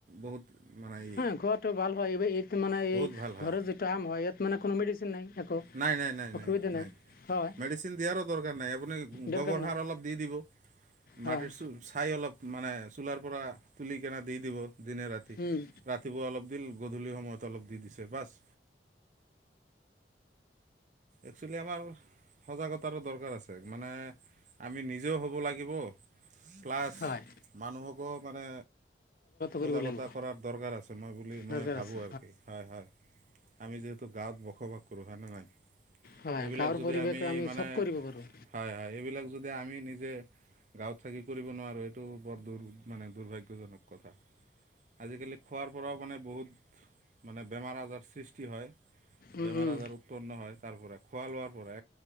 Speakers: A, on the right (about 45°); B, on the left (about 55°).
A: বহুত মানে ই
B: হা খোৱাটোও ভাল হয়। এই-এই মানে
A: বহুত
B: এই
A: ভাল হয়
B: ঘৰৰ যিটো আম হয় ইয়াত মানে কোনো মেডিচিন নাই। একো
A: নাই, নাই, নাই,
B: অসুবিধা
A: নাই, নাই।
B: হয়
A: মেডিচিন দিয়াৰো দৰকাৰ নাই। আপুনি
B: দৰকাৰ
A: গোবৰ
B: নাই
A: সাৰ অলপ দি দিব।
B: হয়
A: মাটিৰ চাই অলপ মানে তোলাৰ পৰা তুলি কেনে দি দিব। দিনে ৰাতি।
B: উম,
A: ৰাতিপুৱা অলপ দিল গধূলি সময়ত অলপ দি দিছে বাচ একচুৱেলি আমাৰ সজাগতাৰো দৰকাৰ আছে। মানে আমি নিজেও হ'ব লাগিব প্লাছ
B: হয়
A: মানুহক আকৌ মানে সজাগতা
B: কৰিব লাগিব
A: কৰাৰ দৰকাৰ আছে মই বুলি
B: দৰকাৰ
A: মই ভাবোঁ
B: আছে
A: আৰু। কি হয়, হয়। আমি যিহেতু গাঁৱত বসবাস কৰো হয় নে নহয়?
B: হয়
A: এইবিলাক
B: গাঁৱৰ
A: যদি
B: পৰিৱেশ
A: আমি মানে
B: চব কৰিব পাৰোঁ
A: হয়, হয় এইবিলাক যদি আমি নিজে গাঁৱত থাকি কৰিব নোৱাৰোঁ। এইটো বৰ মানে দুৰ্ভাগ্যজনক কথা। আজিকালি খোৱাৰ পৰাও মানে বহুত মানে বেমাৰ-আজাৰ সৃষ্টি হয়।
B: উম,
A: বেমাৰ-আজাৰ
B: উম,
A: উৎপন্ন হয়। তাৰপৰা খোৱা-লোৱা বোৰে